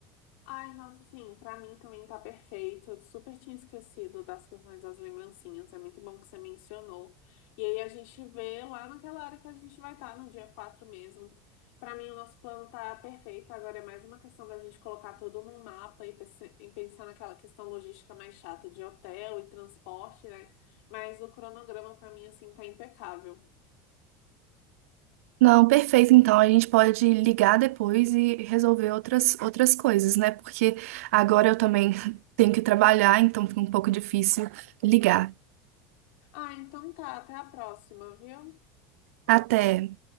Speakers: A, on the left (about 75°); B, on the right (about 80°).
A: Ai, nossa, sim, pra mim também tá perfeito. Eu super tinha esquecido das questões das lembrancinhas. É muito bom que você mencionou. E aí a gente vê lá naquela hora que a gente vai estar, no dia 4 mesmo. Pra mim, o nosso plano tá perfeito. Agora é mais uma questão da gente colocar tudo num mapa e pense- e pensar naquela questão logística mais chata de hotel e transporte, né? Mas o cronograma pra mim, assim, tá impecável.
B: Não, perfeito. Então a gente pode ligar depois e resolver outras, outras coisas, né? Porque agora eu também <laughs> tenho que trabalhar, então fica um pouco difícil ligar.
A: Ah, então tá. Até a próxima, viu?
B: Até.